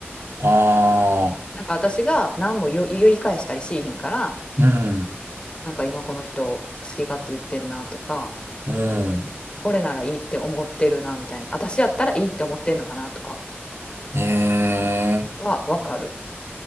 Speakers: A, on the right; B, on the left.
A: ああ、
B: なんか私が何も言い返したりしいひんから
A: うん、
B: なんか今この人好き勝手言ってんなとか
A: うん、
B: これならいいって思ってるなみたいな私やったらいいって思ってんのかなとか
A: へえ、
B: はわかる、